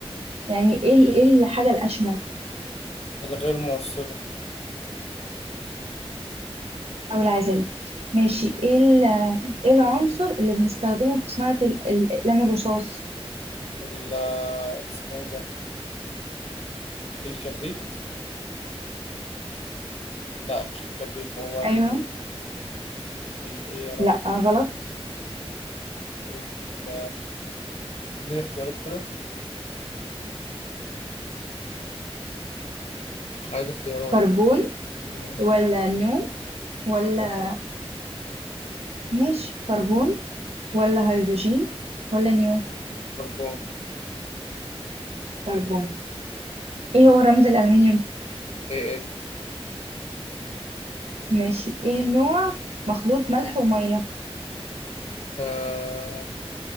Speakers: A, on the right (about 75°); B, on the left (about 80°).
A: يعني ايه ال- ايه الحاجة الأشمل
B: الغير موصلة
A: أو العازلة ماشي ايه ال... ايه العنصر اللي بنستخدمه في صناعة ال- الأقلام الرصاص
B: ال- اسمه ايه ده الكبريت لا مش الكبريت هو ال
A: ايوه
B: ال- ايه يا ربي
A: لا غلط
B: ال- اديني اختيارات كده عايز اختيارات
A: كربون
B: مم.
A: ولا نيون ولا ماشي كربون ولا هيدروجين ولا نيون
B: كربون
A: كربون ايه هو رمز الألمنيوم
B: اي ال
A: ماشي ايه نوع مخلوط ملح ومية
B: آه...